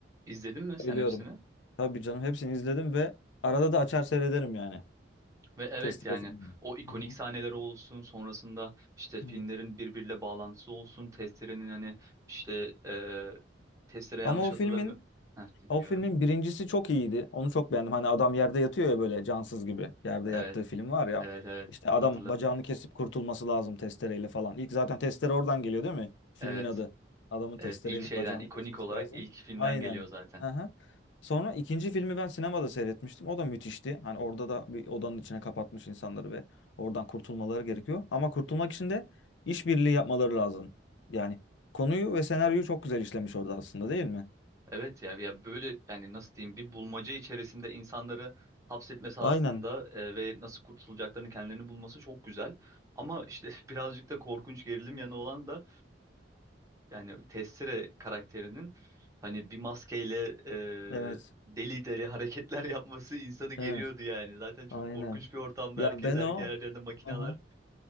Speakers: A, on the right; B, on the left.
A: izledin mi sen
B: biliyorum
A: hepsini?
B: Tabii canım hepsini izledim ve arada da açar seyrederim yani.
A: Ve evet
B: Test
A: yani
B: filmi.
A: o ikonik
B: Hı hı.
A: sahneleri olsun, sonrasında işte filmlerin
B: Evet.
A: birbiriyle bağlantısı olsun, Testere'nin hani işte e, Testere yanlış
B: Ama o
A: hatırlamıyorum.
B: filmin
A: Heh, dinliyorum.
B: O filmin birincisi çok iyiydi. Onu çok beğendim. Hani adam yerde yatıyor ya böyle cansız gibi. Yerde
A: Evet.
B: yattığı film var ya.
A: Evet evet
B: İşte adam
A: hatırladım.
B: bacağını kesip kurtulması lazım testereyle falan. İlk zaten testere oradan geliyor değil mi? Filmin
A: Evet.
B: adı. Adamın
A: Evet
B: testereyle
A: ilk şeyden
B: bacağını
A: ikonik
B: kesmesi
A: olarak
B: lazım.
A: ilk filmden
B: Aynen.
A: geliyor zaten.
B: Aha. Sonra ikinci filmi ben sinemada seyretmiştim. O da müthişti. Hani orada da bir odanın içine kapatmış insanları ve oradan kurtulmaları gerekiyor. Ama kurtulmak için de işbirliği yapmaları lazım. Yani konuyu ve senaryoyu çok güzel işlemiş orada aslında değil mi?
A: Evet ya ya böyle yani nasıl diyeyim bir bulmaca içerisinde insanları hapsetmesi aslında
B: Aynen.
A: e, ve nasıl kurtulacaklarını kendilerini bulması çok güzel. Ama işte <laughs> birazcık da korkunç gerilim yanı olan da e, yani Tessere karakterinin hani bir maskeyle e,
B: Evet.
A: deli deli hareketler <laughs> yapması insanı geriyordu
B: Evet.
A: yani. Zaten çok
B: Aynen.
A: korkunç bir ortamda
B: Ya
A: herkes
B: ben
A: her
B: o
A: yerlerinde makineler
B: aha.